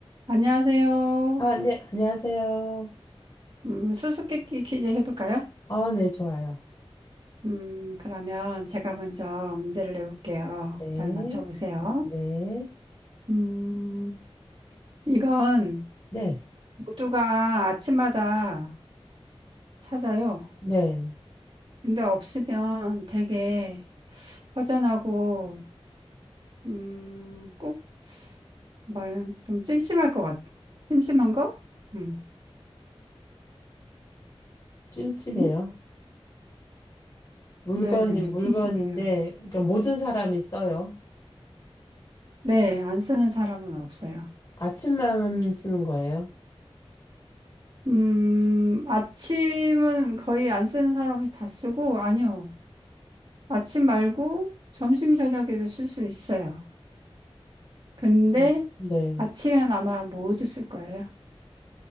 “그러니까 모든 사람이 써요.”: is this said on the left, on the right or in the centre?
Left